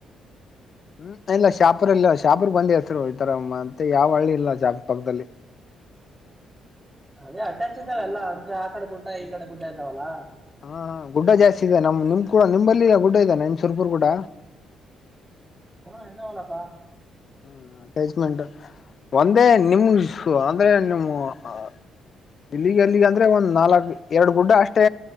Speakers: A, on the left (about 50°); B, on the right (about 15°).
A: ಹ್ಮ್ ಇಲ್ಲ ಶಪುರ್ ಇಲ್ಲ ಶಾಪೂರ್ ಬಂದು ಹೇಳ್ತಿದ್ರು ಈತರ ಮತ್ತೆ ಯಾವ್ ಹಳ್ಳಿ ಇಲ್ಲ ಶಾ ಪಕ್ಕದಲ್ಲಿ.
B: ಅದೇ ಅಟ್ಯಾಚ್ ಇದಲ್ಲ ಅಲ್ಲಾ ಅಂದ್ರೆ ಆ ಕಡೆ ಗುಡ್ಡ ಈ ಕಡೆ ಗುಡ್ಡ ಇದ್ದಾವಲ್ಲ.
A: ಹಾ ಗುಡ್ಡ ಜಾಸ್ತಿ ಇದೆ ನಮ್ ನಿಮ್ ಕೂ <unintelligible> ನಿಂಬಲ್ಲಿ ಗುಡ್ಡ ಇದೆ ನಿಮ್ ಸುರ್ಪೂರ್ ಗುಡ್ಡ.
B: ಹ ಇದವಲ್ಲಪ್ಪ.
A: ಹ ಅಟ್ಯಾಚ್ಮೆಂಟ್ ಒಂದೇ ನಿಮ್ ಅಂದ್ರೆ ನಿಮ್ಮ ಹ. ಇಲ್ಲಿಗೆ ಅಲ್ಲಿಗೆ ಅಂದ್ರೆ ಒಂದ್ ನಾಲ್ಕ್ ಎರಡು ಗುಡ್ಡ ಅಷ್ಟೇ.